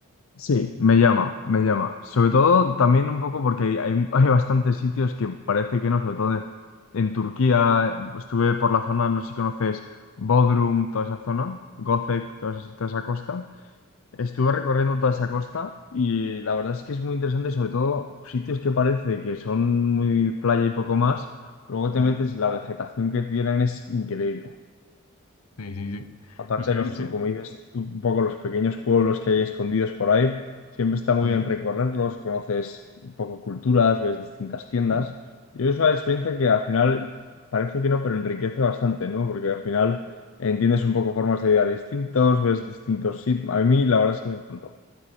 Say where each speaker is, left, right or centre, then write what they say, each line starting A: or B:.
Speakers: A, on the left; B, on the left.
A: Sí, me llama, me llama. Sobre todo también un poco porque hay, hay, hay bastantes sitios que parece que no, sobre todo en, en Turquía, estuve por la zona, no sé si conoces Bodrum, toda esa zona, Göcek, toda esa, toda esa costa. Estuve recorriendo toda esa costa y la verdad es que es muy interesante, sobre todo sitios que parece que son muy playa y poco más, luego te
B: Mm.
A: metes, y la vegetación que tienen es increíble.
B: Sí, sí, sí.
A: Aparte,
B: Es que,
A: los,
B: sí.
A: como dices tú, un poco los pequeños pueblos que hay escondidos por ahí, siempre está muy
B: mm.
A: bien recorrerlos, conoces un poco culturas, ves distintas tiendas. Y es una experiencia que al final parece que no, pero enriquece bastante, ¿no? Porque al final entiendes un poco formas de vida distintos, ves distintos sitios. A mí la verdad es que me encantó.